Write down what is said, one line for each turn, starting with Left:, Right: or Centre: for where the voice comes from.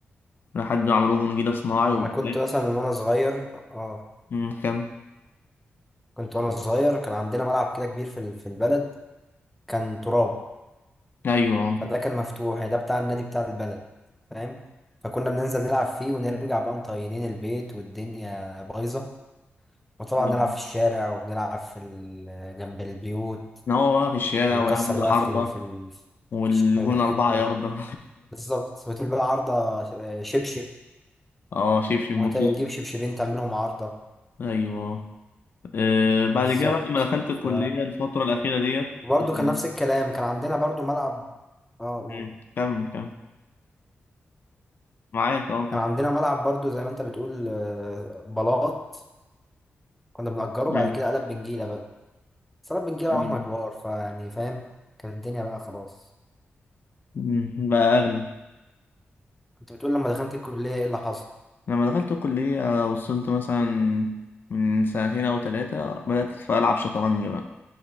Left: لحد ما عملوه جون جديد صناعي وبتاع
Centre: انا كنت مثلا وانا صغير اه
Left: أمم، كم
Centre: كنت وانا صغير كان عندنا ملعب كده كبير في ال- في البلد كان تراب
Left: ايوه
Centre: فده كان مفتوح يعني ده بتاع النادي بتاع البلد فاهم فكنا بننزل نلعب فيه ونرجع بقى مطينين البيت والدنيا بايظة وطبعا
Left: أيوة.
Centre: نلعب في الشارع وبنلعب في ال- جنب البيوت
Left: كان هو بقى في الشارع
Centre: ونكسر
Left: والعمود
Centre: بقى
Left: العارضه
Centre: في ال- في ال-
Left: والجون
Centre: في الشبابيك
Left: اربعه
Centre: و-
Left: يارده
Centre: بالظبط وتقول بقى عارضة شبشب
Left: <laughs> اه شبشب
Centre: وتجيب
Left: بطوله
Centre: شبشبين تعملهم عارضة
Left: ايوه آه، بعد
Centre: بالظبط
Left: كده بعد ما دخلت الكلية
Centre: ف...
Left: الفترة الأخيرة ديت
Centre: وبرضه
Left: آه،
Centre: كان نفس الكلام كان عندنا برضه ملعب اه قول.
Left: مم، كمل كمل معاك أه
Centre: كان
Left: كمل
Centre: عندنا ملعب برضه زي ما انت بتقول آه، بلاط كنا بنأجره
Left: أيوة،
Centre: بعد كده قلب بنجيلة بقى بس قلب بنجيلة واحنا
Left: أيوة.
Centre: كبار فيعني فاهم كانت الدنيا بقى خلاص
Left: مم، بقى أغلى
Centre: كنت بتقول لما دخلت الكلية ايه اللي حصل
Left: لما دخلت الكلية وصلت مثلا من سنتين أو ثلاثة بدأت ألعب شطرنج بقى